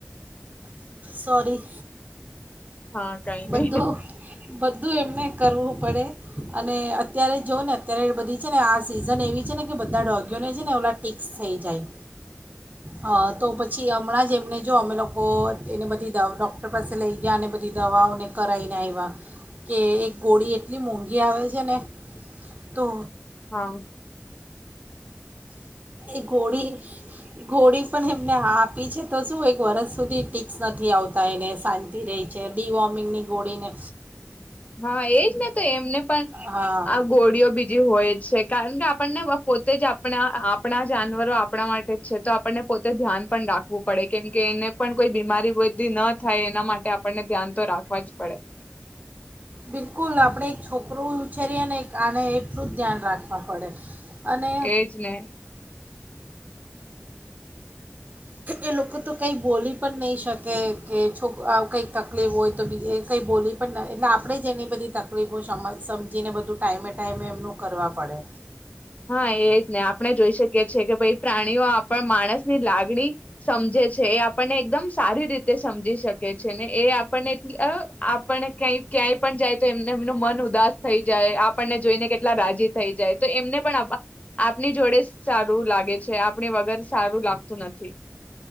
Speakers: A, on the right (about 40°); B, on the left (about 30°).
A: સોરી
B: હા, કઈ
A: બધું
B: નય
A: બધું એમને કરવું પડે અને અત્યારે જોઓ ને અત્યારે બધી છે ને આ સિઝન એવી છે ને કે બધા ડોગીયોને છે ને ઓલા ટિક્સ થઈ જાય. હા, તો પછી હમણાંજ એમને જો અમે લોકો એને બધી દ ડોક્ટર પાસે લઈ ગયા અને બધી દવાઓને કરાયને આવ્યા, કે એક ગોળી એટલી મોંઘી આવે છે ને, તો
B: હા.
A: એ ગોળી, ગોળી પણ એમને આપી છે, તો શું એક વર્ષ સુધી ટીક્સ નથી આવતા એને શાંતિ રહી છે. ને ડી વોમિગ ગોળી ને
B: હા એજ ને તો એમને પણ
A: હા
B: આ ગોળીઓ બીજી હોય જ છે કારણ કે આપણને પોતે જ આપ આપણા આપણા જાનવરો આપણા માટે જ છે. તો આપણને પોતે ધ્યાન પણ રાખવું પડે કેમ કે એને પણ કોઈ બીમારી બધી ન થાય એના માટે આપણને ધ્યાન તો રાખવા જ પડે.
A: બિલકુલ આપણે એક છોકરું ઉછેરીએ ને એક આને એટલું જ ધ્યાન રાખવા પડે. અને
B: એજ ને.
A: એ લોકો તો કંઈ બોલી પણ નહીં શકે કે છોક કંઈક તકલીફ હોય તો બી એ કંઈ બોલી પણ ન એટલે આપણે જ એની બધી તકલીફો સમ સમજીને બધું ટાઈમે-ટાઈમે એમનું કરવા પડે.
B: હા એજ ને આપણે જોઈ શકીએ છીએ કે ભાઈ પ્રાણીઓ આપણ માણસ ની લાગણી સમજે છે એ આપણને એકદમ સારી રીતે સમજી શકે છે ને એ આપણને આપણને ક્યા ક્યાંય પણ જાય તો એમને એમનું મન ઉદાસ થઈ જાય, આપણને જોઈને કેટલા રાજી થઈ જાય તો એમને આપની જોડે સારું લાગે છે આપણી વગર સારું લાગતું નથી